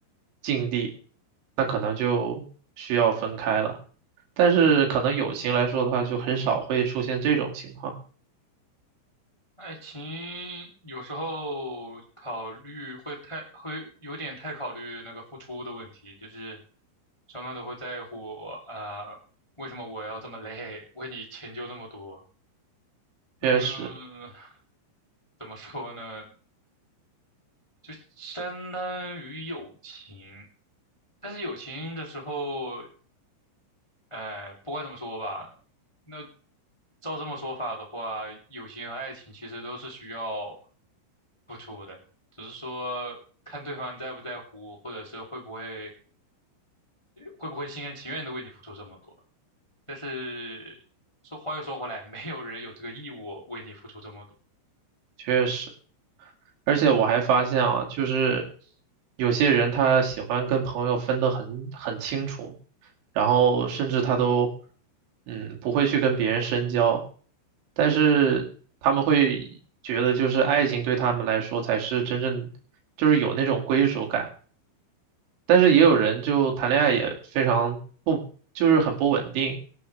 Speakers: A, on the right; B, on the left.
A: 境地，那可能就需要分开了。但是可能友情来说的话，
B: 嗯，
A: 就很少会出现这种情况。
B: 爱情有时候考虑会太，会有点太考虑那个付出的问题，就是双方都会在乎啊，呃为什么我要这么累，为你迁就那么多？
A: 确实，
B: 嗯，怎么说呢？就相当于友情。但是友情的时候，呃，不管怎么说吧，那照这么说法的话，友情和爱情其实都是需要付出的，只是说看对方在不在乎，或者是会不会会不会心甘情愿的为你付出这么多。但是说话又说回来，没有人有这个义务为你付出这么多。
A: 确实。而且我还发现啊，就是有些人他喜欢跟朋友分得很很清楚，然后甚至他都嗯不会去跟别人深交，但是他们会觉得就是爱情对他们来说才是真正就是有那种归属感。但是也有人就谈恋爱也非常不，就是很不稳定，